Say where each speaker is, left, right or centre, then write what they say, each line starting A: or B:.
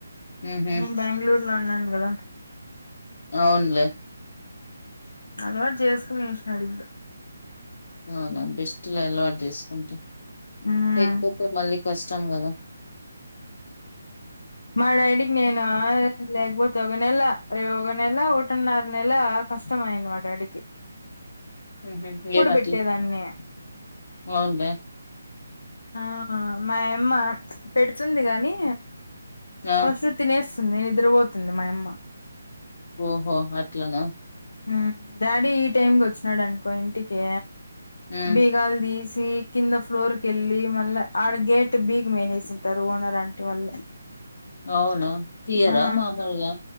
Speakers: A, on the left; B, on the left.
A: ఉహు
B: నేన్ బెంగుళూర్ ఉన్నాన్ గదా
A: అవున్లే.
B: అలవాట్ జేస్కునేశినాడు ఇంకా
A: అవునా బెస్ట్లా అలవాట్ చేస్కుంటే
B: ఉమ్
A: లేకపోతే మళ్ళీ కష్టం గదా
B: మ డాడీక్ నేను లేక పోతే ఒక నెలా రె ఒక నెలా ఒక్కటినర నెలా బా కష్టమైంది మా డాడికి
A: ఉహ్మ్ ఏమో
B: పెట్టేదాన్ని
A: తీ ఓ అవునులే
B: ఆ మాయమ్మ పెడ్తుంది గనీ
A: ఆ
B: ఫస్ట్ తినేస్ నిద్రపోతుంది మాయమ్మ.
A: ఓహో అట్లన.
B: మ్ డాడీ ఈ టైమ్క్ వచ్చినాడన్కో ఇంటికీ
A: ఉమ్
B: బీగాల్ తీస్ టి కింద ఫ్లోర్ కి వెళ్ళి మళ్ళా ఆడ గేట్ బీగ మేహేసింటారు ఓనర్ ఆంటి వాళ్ళు
A: అవును తీయరా
B: ఆ
A: మామలుగా